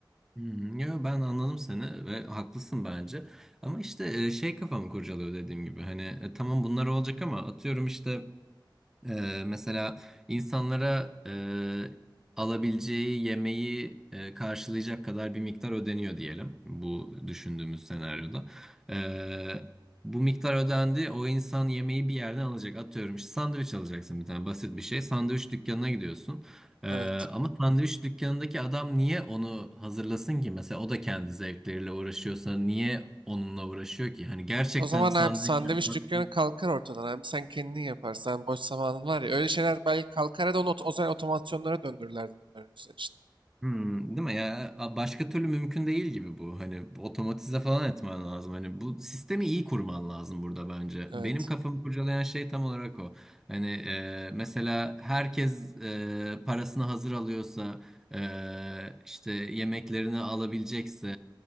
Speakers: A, in the centre; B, on the right (about 85°).
A: Yo, ben anladım seni ve haklısın bence. Ama işte e, şey kafamı kurcalıyor dediğim gibi. Hani e, tamam bunlar olacak ama atıyorum işte Ee, mesela insanlara e, alabileceği yemeği e, karşılayacak kadar bir miktar ödeniyor diyelim bu düşündüğümüz senaryoda. Ee, bu miktar ödendi o insan yemeği bir yerden alacak atıyorum işte sandviç alacaksın bir tane basit bir şey sandviç dükkanına gidiyorsun. Ee,
B: Evet.
A: ama sandviç dükkanındaki adam niye onu hazırlasın ki mesela o da kendi zevkleriyle uğraşıyorsa niye onunla uğraşıyor ki? Hani gerçekten
B: O zaman
A: sandviç
B: abi sandviç
A: yapmak
B: dükkanı kalkar ortadan abi. Sen kendin yaparsan boş zamanın var ya. Öyle şeyler belki kalkar ya da onu ot- o zaman otomasyonlara döndürürler dedim ben o yüzden işte.
A: Hmm, değil mi ya? a- Başka türlü mümkün değil gibi bu. Hani otomatize falan etmen lazım. Hani bu sistemi iyi kurman lazım burada bence.
B: Evet.
A: Benim kafamı kurcalayan şey tam olarak o. Hani e, mesela herkes e, parasını hazır alıyorsa, e, işte yemeklerini alabilecekse,